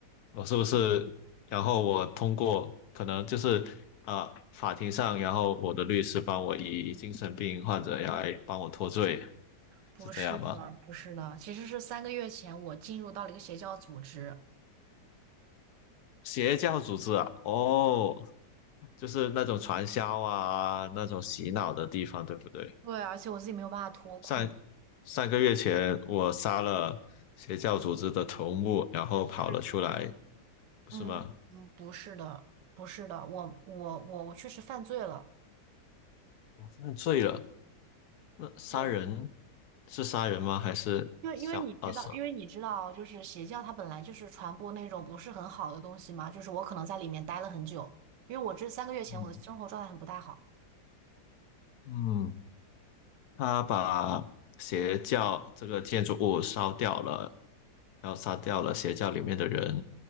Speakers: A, on the left (about 70°); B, on the right (about 85°).
A: 我是不是？然后我通过可能就是啊、呃法庭上，然后我的律师帮我以精神病患者来帮我脱罪，
B: 不是的，
A: 是这样吗？
B: 不是的，其实是三个月前我进入到了一个邪教组织，
A: 邪教组织啊，哦，就是那种传销啊，那种洗脑的地方，对不对？
B: 对，而且我自己没有办法脱困。
A: 上上个月前我杀了邪教组织的头目，然后跑了出来，
B: 是的。
A: 不是吗？
B: 嗯嗯，不是的，不是的，我我我我确实犯罪了。
A: 我犯罪了。那杀人
B: 对，
A: 是杀人吗？还是小二十？
B: 因为因为你知道，因为你知道，就是邪教它本来就是传播那种不是很好的东西嘛，就是我可能在里面待了很久，因为我这三个月前我的生活状态很不太好，
A: 嗯嗯，他把邪教这个建筑物烧掉了，然后杀掉了邪教里面的人，